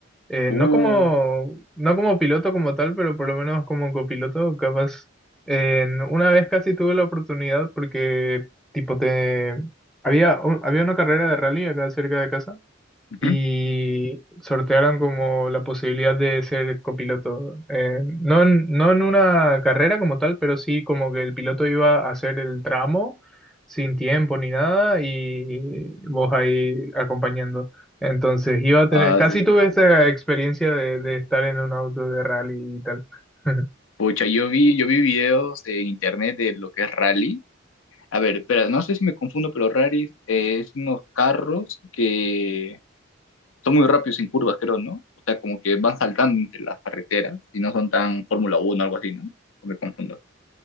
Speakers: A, in the centre; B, on the left.
A: Eh,
B: Uh,
A: no como, no como piloto como tal, pero por lo menos como copiloto, capaz. En- una vez casi tuve la oportunidad porque, tipo, te... Había, un- había una carrera de rally acá cerca de casa
B: ujú.
A: y sortearon como la posibilidad de ser copiloto. Eh, no, en- no en una carrera como tal, pero sí como que el piloto iba a hacer el tramo sin tiempo ni nada y vos ahí acompañando. Entonces iba a tener,
B: Ah,
A: casi
B: sí, sí.
A: tuve esa experiencia de, de estar en un auto de rally y tal. <laughs>
B: pucha, yo vi, yo vi videos en internet de lo que es rally. A ver, espera, no sé si me confundo, pero rally eh, es unos carros que son muy rápidos en curvas, creo, ¿no? O sea, como que van saltando entre las carreteras y no son tan Fórmula uno o algo así, ¿no? O me confundo.